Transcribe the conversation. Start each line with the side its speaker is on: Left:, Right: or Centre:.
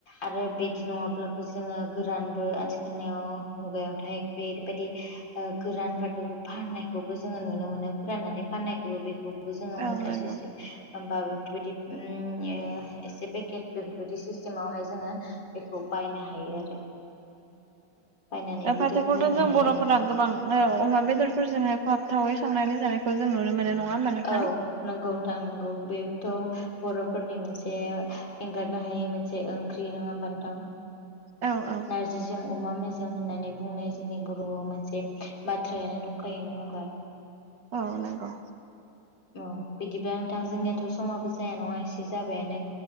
Left: आरो बिदि नङाब्लाबो जोङो गोरानबो आथिखालनियाव मुगायावथाय बेबायदि गोरान फाथोखौ फाननायखौबो जोङो नु नुनो मोनो फोरनानै फाननायखौबो बेखौबो जोङो
Right: औ
Left: मुथा
Right: नंगौ
Left: सि होमबा बेफोरबायदि एसे पेकेट बेफोरबायदि सिस्टेमावहाय जोङो बेखौ बायनो हायो आरो बायनानैबो
Right: औ फाथोखौथ'
Left: दोननो
Right: जों
Left: हायो
Right: बर'फोरा गोबां औ अमा बेदरफोरजोंहाय खहाबथावै संनानै जानायखौ जों नुनो मोनो नङा होमबा नोंथां?
Left: औ नंगौ नथां नंगौ बेथ' बर'फोरनि मोनसे एंगारनो हायै मोनसे ओंख्रि नङा होमबा नोंथां?
Right: औ औ।
Left: नारजिजों अमा मेजजों होननानै बुंनाय जोंनि बर'आव मोनसे बाथ्रायानो दंखायो नङा होमबा?
Right: औ नंगौ।
Left: औ बिदिब्ला नोंथां जोंनियाथ' समाबो जाया नङा एसे जाबायानो